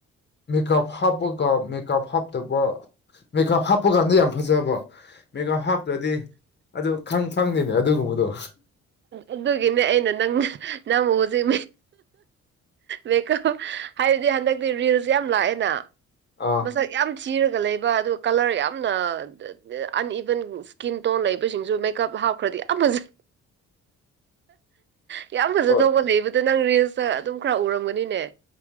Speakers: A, on the left; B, on the right.
A: ꯃꯦꯀꯞ ꯍꯥꯞꯄꯒ ꯃꯦꯀꯞ ꯍꯥꯞꯇꯕ ꯃꯦꯀꯞ ꯍꯥꯞꯄꯀꯥꯟꯗ ꯌꯥꯝ ꯐꯖꯕ ꯃꯦꯒꯞ ꯍꯥꯞꯇ꯭ꯔꯗꯤ ꯑꯗꯨ ꯈꯪ ꯐꯪꯗꯦꯅꯦ ꯑꯗꯨꯒꯨꯝꯕꯗꯣ
B: ꯑꯗꯨꯒꯤꯅꯦ ꯑꯩꯅ ꯅꯪ ꯅꯪꯕꯨ ꯍꯧꯖꯤꯛ ꯃꯦꯀꯞ ꯍꯥꯏꯕꯗꯤ ꯍꯟꯗꯛꯇꯤ ꯔꯤꯜꯖꯦ ꯌꯥꯝ ꯂꯥꯛꯑꯦꯅ
A: ꯑꯥ
B: ꯃꯁꯛ ꯌꯥꯝ ꯊꯤꯔꯒ ꯂꯩꯕ ꯑꯗꯨꯒ ꯀꯂꯔ ꯌꯥꯝꯅ ꯑꯟꯏꯕꯟ ꯁ꯭ꯀꯤꯟ ꯇꯣꯟ ꯂꯩꯕꯁꯤꯡꯁꯨ ꯃꯦꯀꯞ ꯍꯥꯞꯈ꯭ꯔꯗꯤ ꯌꯥꯝ ꯐꯖꯩ ꯌꯥꯝ ꯐꯖ
A: ꯍꯣꯏ
B: ꯗꯧꯕ ꯂꯩꯕꯗ ꯅꯪ ꯔꯤꯜꯁꯇ ꯑꯗꯨꯝ ꯈꯔ ꯎꯔꯝꯒꯅꯤꯅꯦ